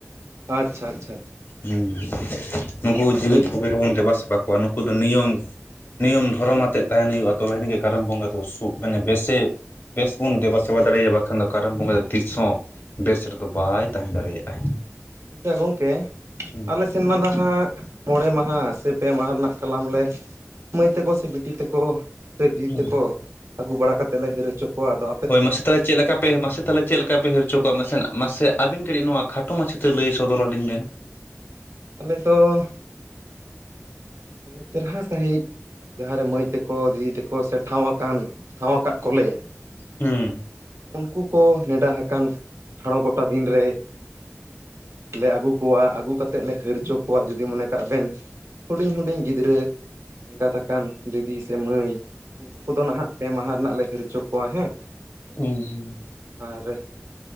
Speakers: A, on the right; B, on the left.
A: ᱟᱪᱪᱷᱟ ᱟᱪᱪᱷᱟ ᱟᱪᱪᱷᱟ
B: ᱦᱸ ᱱᱩᱠᱩ ᱡᱮᱣᱮᱫ ᱱᱩᱠᱩ ᱜᱮᱵᱚᱱ ᱫᱮᱵᱟ ᱥᱮᱵᱟ ᱠᱚᱣᱟ ᱱᱩᱠᱩ ᱫᱚ ᱱᱤᱭᱚᱢ ᱱᱤᱭᱚᱢ ᱫᱷᱚᱨᱚᱢᱟᱛᱼ ᱛᱮᱫ ᱛᱟᱦᱮᱱ ᱦᱩᱭᱩᱜᱼᱟ ᱛᱚᱵᱮᱣᱟᱱᱤᱡ ᱜᱮ ᱠᱟᱨᱟᱢ ᱵᱚᱸᱜᱟ ᱫᱚ ᱥᱩ ᱢᱟᱱᱮ ᱵᱮᱥᱮ ᱵᱮᱥ ᱵᱚᱱ ᱫᱮᱵᱟᱥᱮᱵᱟ ᱫᱟᱲᱮᱭᱟ ᱵᱟᱠᱷᱟᱱ ᱫᱚ ᱠᱟᱨᱟᱢ ᱵᱚᱸᱜᱟ ᱫᱚ ᱛᱤᱥᱦᱚᱸ ᱵᱮᱥ ᱨᱮᱫᱚ ᱵᱟᱭ ᱛᱟᱦᱮᱸ ᱫᱟᱲᱮᱭᱟᱜᱼᱟᱭ
A: ᱟᱪᱪᱷᱟ ᱜᱚᱢᱠᱮ
B: ᱦᱩᱸ
A: ᱟᱞᱮ ᱥᱮᱱ ᱢᱟ ᱱᱟᱦᱟᱜ ᱢᱚᱬᱮ ᱢᱟᱦᱟ ᱥᱮ ᱯᱮ ᱢᱟᱦᱟ ᱨᱮᱱᱟᱜ ᱠᱟᱞᱟᱢ ᱞᱮ ᱢᱟᱹᱭ ᱛᱟᱠᱚ ᱥᱮ ᱵᱤᱴᱤ ᱛᱟᱠᱚ ᱥᱮ ᱫᱤᱫᱤ
B: ᱦᱮᱸ
A: ᱛᱟᱠᱚ ᱟᱹᱜᱩ ᱵᱟᱲᱟ ᱠᱟᱛᱮᱫ ᱞᱮ ᱦᱟᱹᱨ ᱦᱚᱪᱚ ᱠᱚᱣᱟ ᱟᱫᱚ
B: ᱦᱳᱭ ᱢᱟᱥᱮ ᱛᱟᱵᱮ ᱪᱮᱫ ᱞᱮᱠᱟ ᱟᱯᱮ ᱢᱟᱥᱮ ᱛᱟᱦᱚᱞᱮ ᱪᱮᱫ ᱞᱮᱠᱟ ᱯᱮ ᱦᱟᱹᱨ ᱦᱚᱪᱚ ᱠᱚᱣᱟ ᱢᱟᱥᱮᱱᱜ ᱢᱟᱥᱮ ᱟᱹᱵᱤᱱ <unintelligible> ᱱᱚᱣᱟ ᱠᱷᱟᱴᱚ ᱢᱟᱪᱷᱟᱛᱮ ᱞᱟᱹᱭ ᱥᱚᱫᱚᱨ ᱟᱹᱞᱤᱧ ᱵᱮᱱ
A: ᱟᱞᱮ ᱫᱚ ᱢᱟᱱᱮ ᱪᱮᱨᱦᱟ ᱥᱟᱺᱦᱤᱡ ᱡᱟᱦᱟᱸᱨᱮ ᱢᱟᱹᱭ ᱛᱮ ᱠᱚ ᱫᱤᱫᱤ ᱛᱟᱠᱚ ᱥᱮ ᱴᱷᱟᱶᱠᱟᱱ ᱴᱷᱟᱶ ᱟᱠᱟᱫ ᱠᱚᱞᱮᱭ
B: ᱦᱮᱸ
A: ᱩᱱᱠᱩ ᱠᱚ ᱱᱮᱰᱟ ᱟᱠᱟᱱ ᱴᱷᱟᱲᱚ ᱜᱚᱴᱟ ᱫᱤᱱ ᱨᱮ ᱞᱮ ᱟᱹᱜᱩ ᱠᱚᱣᱟ ᱟᱹᱜᱩ ᱠᱟᱛᱮ ᱛᱮᱫ ᱞᱮ ᱦᱟᱹᱨ ᱦᱚᱪᱚ ᱠᱚᱣᱟ ᱡᱩᱫᱤ ᱢᱚᱱᱮ ᱠᱟᱜ ᱵᱮᱱ ᱦᱩᱰᱤᱧ ᱦᱩᱰᱤᱧ ᱜᱤᱫᱽᱨᱟᱹ ᱮᱸᱜᱟᱛ ᱟᱠᱟᱱ ᱫᱤᱫᱤ ᱥᱮ ᱢᱟᱹᱭ ᱩᱱᱠᱩ ᱠᱚᱫᱚ ᱱᱟᱦᱟᱜ ᱯᱮ ᱢᱟᱦᱟ ᱨᱮᱱᱟᱜ ᱞᱮ ᱦᱟᱹᱨ ᱦᱚᱪᱚ ᱠᱚᱣᱟ ᱦᱮᱸ
B: ᱦᱩᱸ ᱦᱩᱸ
A: ᱟᱨ...